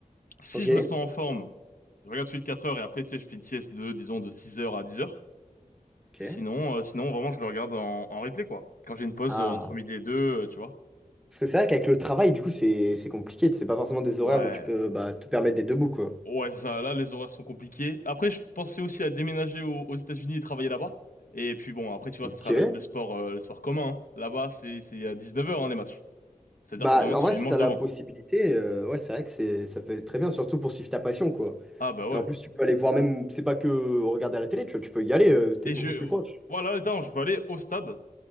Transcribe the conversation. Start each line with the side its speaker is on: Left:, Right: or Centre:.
Left: Si
Centre: Ok.
Left: je me sens en forme, je regarde celui de 4 heures et après, tu sais, je fais une sieste de, disons, de 6 heures à 10 heures.
Centre: Ok.
Left: Sinon, euh, sinon, vraiment, je le regarde en, en replay, quoi. Quand j'ai une pause
Centre: Ah.
Left: euh, entre midi et deux, euh, tu vois.
Centre: Parce que c'est vrai qu'avec le travail, du coup, c'est c'est compliqué. C'est pas forcément des
Left: Ouais.
Centre: horaires où tu peux bah, te permettre d'être debout, quoi.
Left: Ouais, c'est ça. Là, les horaires sont compliqués. Après, je pensais aussi à déménager aux, aux États-Unis et travailler là-bas. Et puis bon, après, tu vois,
Centre: Ok.
Left: ça sera le, le sport, euh, le sport commun. hein. Là-bas, c'est, c'est à 19h, hein, les matchs. C'est-à-dire
Centre: Bah,
Left: que vraiment,
Centre: en
Left: tu
Centre: vrai, si
Left: manges
Centre: t'as
Left: devant.
Centre: la possibilité, euh, ouais, c'est vrai que c'est ça peut être très bien, surtout pour suivre ta passion, quoi.
Left: Ah, bah ouais.
Centre: Et en plus, tu peux aller voir même, c'est pas que regarder à la télé, tu vois, tu peux y aller, euh, t'es
Left: Et
Centre: beaucoup
Left: je,
Centre: plus proche.
Left: voilà, attends, je peux aller au stade,